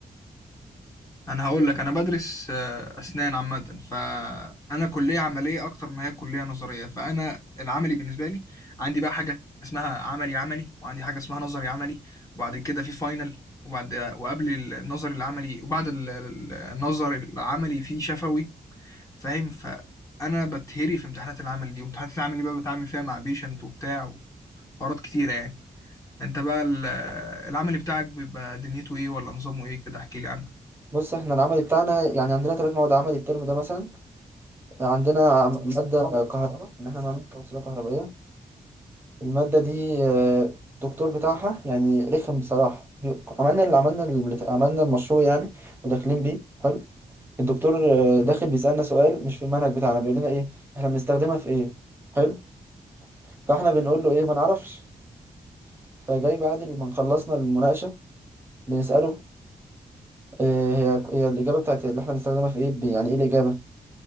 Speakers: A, on the left; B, on the right.
A: انا هقول لك انا بدرس آه، اسنان عامه فانا كليه عمليه اكتر ما هي كليه نظريه فانا العملي بالنسبه لي عندي بقى حاجه اسمها عملي عملي وعندي حاجه اسمها نظري عملي وبعد كده في فاينل وبعد وقبل النظري العملي وبعد ال- ال- النظري العملي في شفوي فاهم فانا بتهري في امتحانات العمل دي وامتحانات العمل دي بقى بتعامل فيها مع بيشنت وبتاع وحوارات كتيره يعني انت بقى ال- العملي بتاعك بيبقى دنيته ايه ولا نظامه ايه كده احكي لي عنه
B: بص احنا العملي بتاعنا يعني عندنا ثلاث مواد عملي الترم ده مثلا عندنا عم- مادة كهرباء ان احنا نعمل توصيلة كهربائية المادة دي آه، الدكتور بتاعها يعني رخم بصراحة بي- عملنا اللي عملنا اللي عملنا المشروع يعني وداخلين بيه حلو الدكتور آه، داخل بيسألنا سؤال مش في المنهج بتاعنا بيقول لنا ايه احنا بنستخدمها في ايه حلو فاحنا بنقول له ايه ما نعرفش فجاي بعد ما خلصنا المناقشة بنسأله آه، هي هي الإجابة بتاعت اللي احنا بنستخدمها في ايه بي- يعني ايه الإجابة